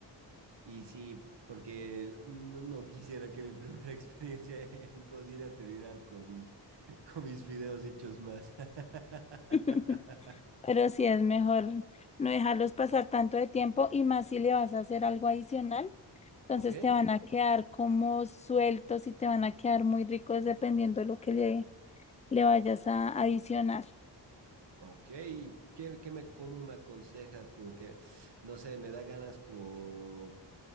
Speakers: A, on the right; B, on the left.
A: Y sí, porque no, no quisiera que mi primera <laughs> experiencia en cocina terminara con mis, <laughs> con mis videos hechos más. <laughs>
B: <laughs> Pero sí es mejor no dejarlos pasar tanto de tiempo y más si le vas a hacer algo adicional. Entonces
A: Ok,
B: te van a quedar como sueltos y te van a quedar muy ricos dependiendo de lo que le, le vayas a adicionar.
A: ok. ¿Y ¿Qué, qué me, cómo me aconsejas? Como que, no sé, me da ganas como,